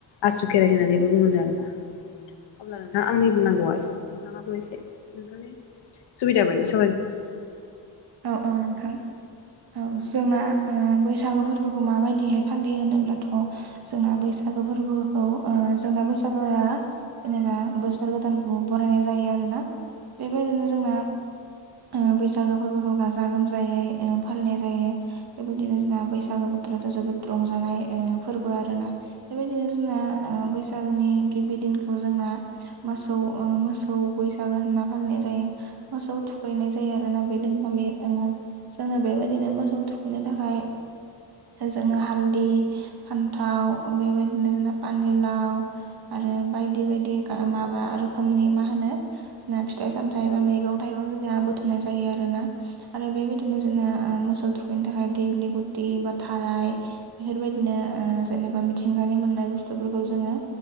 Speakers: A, on the left; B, on the right.
A: आसु खेराइ होननानैबो बुङोनो आरोना। अब्ला नोंथां आंनि बुंनांगौआ एसेनोसै नोंथाङाबो एसे नोंथांनि। सुबिदा बायदिसो।
B: औ औ नोंथां। औ जोंना ओ बैसागो फोरबोखौ माबायदिहाय फालियो होनोब्लाथ' जोंना बैसागो फोरबोखौ ओ जोंना बैसागोआ जेनेबा बोसोर गोदानखौ बरायनाय जायो आरोना बेबायदिनो जोंना ओ बैसागो फोरबोखौ गाजा गोमजायै ओ फालिनाय जायो बेबायदिनो जोंना बैसागो बोथोरथ' जोबोद रंजानाय ओ फोरबो आरोना बेबायदिनो जोंना ओ बैसागोनि गिबि दिनखौ जोंना मोसौ ओ मोसौ बैसागो होनना फालिनाय जायो मोसौ थु खैनाय जायो आरोना बे दिनखालि ओ जोंना बेबायदिनो मोसौ थुखैनो थाखाय जोंनो हालदि फान्थाव बेबायदिनो जोंना पानिलाव आरो बायदि-बायदि माबा रोखोमनि मा होनो जोंना फिथाइ सामथाइ बा मैगं थाइगं जोंनिया बुथुमनाय जायो आरोना आरो बेबायदिनो जोंना ओ मोसौ थुखैनो थाखाय दिगलि गुथि बा थाराय बेफोरबायदिनो ओ जेनेबा मिथिंगानि मोननाय बुस्थुफोरखौ जोङो